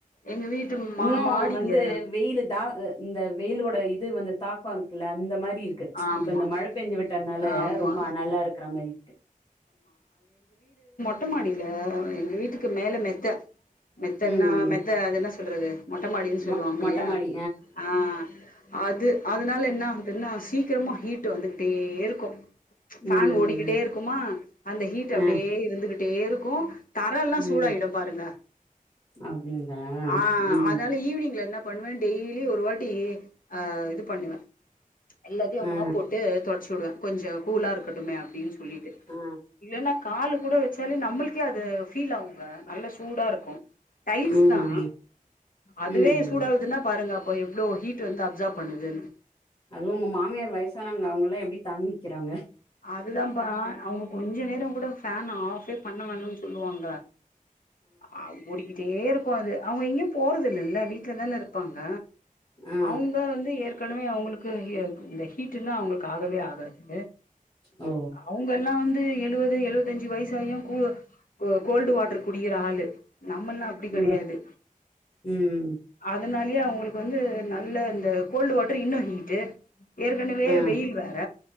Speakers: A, on the left; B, on the left.
A: எங்க வீட்டு
B: இன்னு
A: மா மாடிங்க
B: வந்து வெயிலு தா அ இந்த வெயிலோட இது வந்து தாக்கோ இருக்குல்ல அந்த மா ரி இருக்கு
A: ஆமா
B: இப்ப இந்த மழ பேஞ்சு விட்டதுனால
A: ஆமா
B: ரொம்ப அனலா இருக்கற மாரி இருக்கு.
A: ட்ட மாடில எங்க வீட்டுக்கு மேல மெத்த மெத்தன்னா
B: ம்
A: மெத்த அது என்ன சொ சொல்றது மொட்ட மாடின்னு சொல்லுவாங்க
B: மொ மொட்ட
A: இல்லியா?
B: மாடி
A: ஆ அது அதனால என்ன ஆகுதுன்னா சீக்கிரமா ஹீட்டு வந்துக்கிட்டே இரு க்கு ஃபேன்
B: ம்
A: ஓடிக்கிட்டே இருக்குமா அந்த ஹீட்டு அப்டியே
B: ஆ
A: இருந்துகிட் டே இருக்கு தர எல்லா
B: ம்
A: சூடாயிடு பாருங்க.
B: அப்டிங்களா
A: ஆ
B: ம்
A: அதனால ஈவினிங்ல என்ன பண்ணுவே டெய்லி ஒரு வாட்டி ஆ இது பண்ணுவே எல்லாத்தையு
B: ஆ
A: மாப் போட்டு தொடச்சு விடுவே. கொஞ்சோ கூலா இருக் கட்டுமே அப்டின்னு சொல்லிட்டு
B: ஆ
A: இல்லன்னா காலு கூட வச்சாலே நம்மளு க்கே அது ஃபீல் ஆகுங்க நல்ல சூடா இருக்கு டைல்ஸ்தா
B: ம்
A: அதுவே
B: ம்
A: சூடாகுதுன்னா பாருங்க அ ப்போ எவ்ளோ ஹீ்ட்டு வந்து அப்சார்ப் பண்ணுதுன்னு.
B: அதுவு உங்க மாமியார் வயசானாவங்க அவுங்க எல்லா எப்டி தாங்கிக்கிறாங்க?
A: அதுதாம் ப்பா அவங்க கொஞ்ச நேரோங் கூட ஃபேன் ஆஃபே பண்ண வேணான்னு சொல்லுவாங்க. அ ஆ ஓடிக்கிட்டே இரு க்கு அது அவங்க எங்கயு போறது இல்லல்ல வீட்லதான இருப்பாங்க.
B: ஆ
A: அவுங்க வந்து ஏற்கனவே அவுங்களு க்கு எ க் இந்த ஹீட்டுனா அவங்களுக்கு ஆகவே ஆகாது
B: ஆ ஓ
A: அவுங்கல்லா வந் து எழுவது எழுவத்தஞ்சு வயசாயு கூ கோ கோல்டு வாட்டர் குடிக்கிற ஆளு. நம்மல்லா அப்டி கெடையாது
B: ம் ம் ம்
A: அதனாலயே அவங்களுக்கு வந்து நல்ல இந்த கோல்டு வாட்டர் இன்னு ஹீட்டு. ஏற்கனவே
B: ஆ
A: வெயில் வேற